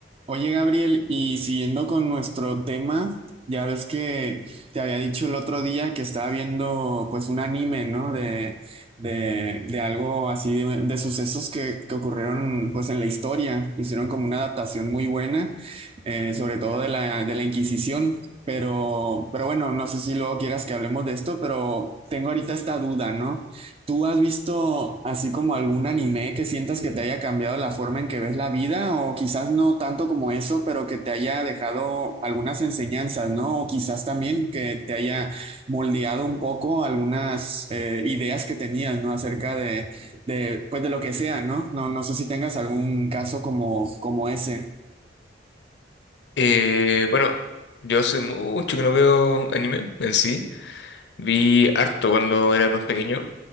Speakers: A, on the right; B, on the left.
A: Oye, Gabriel, y siguiendo con nuestro tema, ya ves que te había dicho el otro día que estaba viendo pues un anime, ¿no? De, de, de algo así, de, de sucesos que, que ocurrieron pues en la historia. Hicieron como una adaptación muy buena, eh, sobre todo de la, de la Inquisición. Pero, pero bueno, no sé si luego quieras que hablemos de esto, pero tengo ahorita esta duda, ¿no? ¿Tú has visto así como algún anime que sientas que te haya cambiado la forma en que ves la vida? O quizás no tanto como eso, pero que te haya dejado algunas enseñanzas, ¿no? O quizás también que te haya moldeado un poco algunas eh, ideas que tenías, ¿no? Acerca de, de, pues de lo que sea, ¿no? No, no sé si tengas algún caso como, como ese.
B: Eh, bueno, yo hace mucho que no veo anime en sí. Vi harto cuando era más pequeño